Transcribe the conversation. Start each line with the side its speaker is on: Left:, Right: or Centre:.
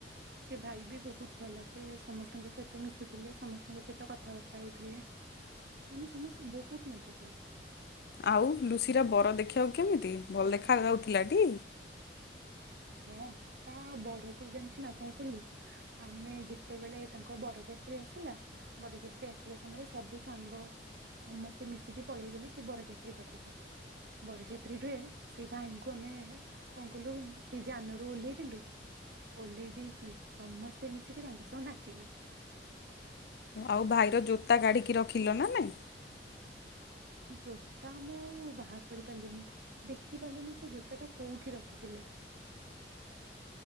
Right: ସେ ଭାଇ ବି ବହୁତ ଭଲ ସେ ସମସ୍ତଙ୍କ ସହିତ ମିଶୁଥିଲେ ସମସ୍ତଙ୍କ ସହିତ କଥାବାର୍ତ୍ତା ହଉଥିଲେ। <unintelligible> ସମସ୍ତେ ବହୁତ ମଜା କଲେ।
Left: ଆଉ ଲୁସି ର ବର ଦେଖିବାକୁ କେମିତି ଭଲ ଦେଖା ଯାଉଥିଲା ଟି।
Right: ହଁ ତାହା ବର କଲ ଜାଣିଛୁ ନା କଣ କହିଲୁ। ଆମେ ଯେତେବେଳେ ତାଙ୍କ ବରଯାତ୍ରୀ ଆସିଲା। ବରଯାତ୍ରୀ ଆସିବା ସମୟରେ ସବୁ ସାଙ୍ଗ ସମସ୍ତେ ମିଶିକି ପଳେଇଗଲେ ସେ ବରଯାତ୍ରୀ ପାଖକୁ ବରଯାତ୍ରୀରେ ସେଇ ଭାଇଙ୍କୁ ଆମେ କଣ କଲୁ ସେ ଯାନରୁ ଓହ୍ଲେଇ ଦେଲୁ ଓହ୍ଲେଇ ଦେଇକି ସମସ୍ତେ ମିଶିକି ତାଙ୍କ ସହ ନାଚିଲୁ।
Left: ଆଉ ଭାଇର ଜୋତା କାଢିକି ରଖିଲ ନା ନାଇଁ।
Right: ଜୋତା ଆମେ ଆଉ ବାହାର କରିପାରିଲୁନି ଦେଖିପାରିଲୁନି ସେ ଜୋତା ଟା କୋଉଠି ରଖିଥିଲେ।